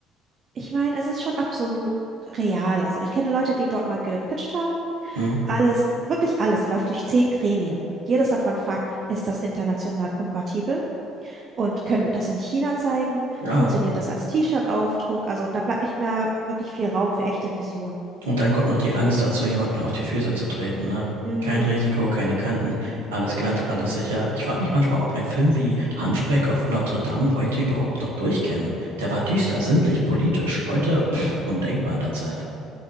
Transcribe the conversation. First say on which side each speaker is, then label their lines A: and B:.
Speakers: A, on the right; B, on the right.
A: Ich meine, es ist schon absolut real. Also ich kenne Leute, die dort mal gepitcht haben.
B: Hm?
A: Alles, wirklich alles läuft durch zehn Gremien. Und jedes davon fragt, ist das international kompatibel? Und können wir das in China zeigen?
B: Ja,
A: Funktioniert das als T-Shirt-Aufdruck? Also da bleibt nicht mehr wirklich viel Raum für echte Visionen.
B: Und dann kommt noch die Angst dazu, jemanden auf die Füße zu treten, ne?
A: Mhm.
B: Kein Risiko, keine Kanten, alles glatt,
A: Mhm.
B: alles sicher. Ich frage mich manchmal, ob ein Film wie Hunchback of Notre Dame heute überhaupt noch durchkäme. Der war düster, sinnlich, politisch. Heute, pff, undenkbar in der Zeit.